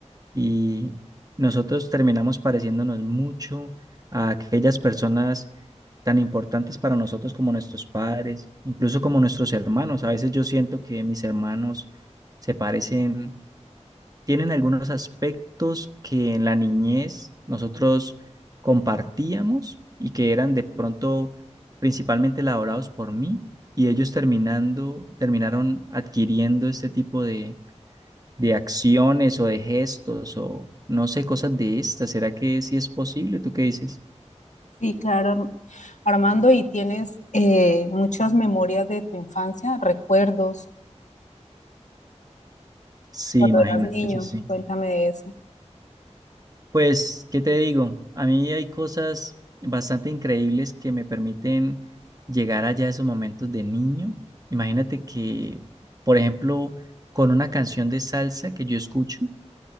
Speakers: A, on the right; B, on the left.
A: y nosotros terminamos pareciéndonos mucho a aquellas personas tan importantes para nosotros como nuestros padres, incluso como nuestros hermanos. A veces yo siento que mis hermanos se parecen tienen algunos aspectos que en la niñez nosotros compartíamos y que eran de pronto principalmente elaborados por mí y ellos terminando, terminaron adquiriendo este tipo de, de acciones o de gestos o no sé, cosas de estas. ¿Será que sí es posible? ¿Tú qué dices?
B: Sí, claro, Armando, ¿y tienes eh, muchas memorias de tu infancia, recuerdos
A: Sí,
B: cuando
A: imagínate,
B: eras niño?
A: eso sí.
B: Cuéntame de eso.
A: Pues, ¿qué te digo? A mí hay cosas bastante increíbles que me permiten llegar allá a esos momentos de niño. Imagínate que, por ejemplo, con una canción de salsa que yo escucho,